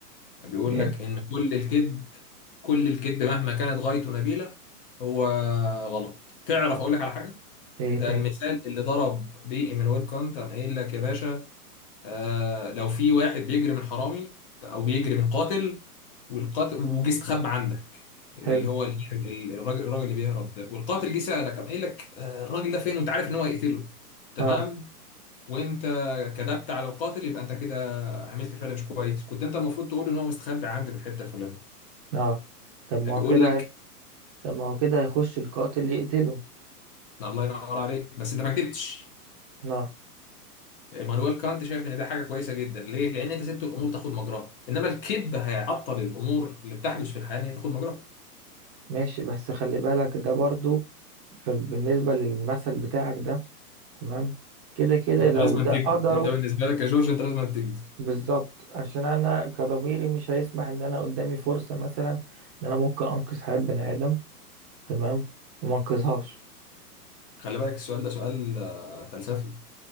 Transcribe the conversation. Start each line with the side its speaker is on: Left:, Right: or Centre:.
Left: بيقول
Right: يعني
Left: لك ان كل الكذب كل الكذب مهما كانت غايته نبيله هو غلط تعرف
Right: طب
Left: اقول لك على حاجه
Right: ايه
Left: ده
Right: تاني
Left: المثال اللي ضرب بيه ايمانويل كانت قام قايل لك يا باشا آه لو في واحد بيجري من حرامي او بيجري من قاتل والقاتل وجه استخبى عندك اللي
Right: حلو
Left: هو ال- ال- الراجل الراجل اللي بيهرب ده والقاتل جه سألك قام قايل لك آه الراجل ده فين وانت عارف ان هو هيقتله تمام
Right: اه
Left: وانت كذبت على القاتل يبقى انت كده عملت فعل مش كويس كنت انت المفروض تقول ان هو مستخبي عندك في الحته الفلانيه
Right: اه طب ما
Left: يعني
Right: هو
Left: بيقول
Right: كده
Left: لك
Right: هي- طب ما هو كده هيخش القاتل يقتله
Left: الله ينور عليك بس انت ما كدبتش
Right: اه
Left: مانويل كانت شايف ان ده حاجه كويسه جدا ليه لان انت سبت الامور تاخد مجراها انما الكذب هيعطل الامور اللي بتحدث في الحياه ان هي تاخد مجراها
Right: ماشي بس خلي بالك ده برضه في- بالنسبة للمثل بتاعك ده تمام كده كده
Left: انت
Right: لو
Left: لازم
Right: ده
Left: تكذب
Right: قدره
Left: انت بالنسبه لك يا جورج انت لازم تكذب
Right: بالظبط عشان انا كضميري مش هيسمح ان انا قدامي فرصة مثلا ان انا ممكن انقذ حياة بني ادم تمام وما انقذهاش
Left: خلي بالك السؤال ده سؤال آه، فلسفي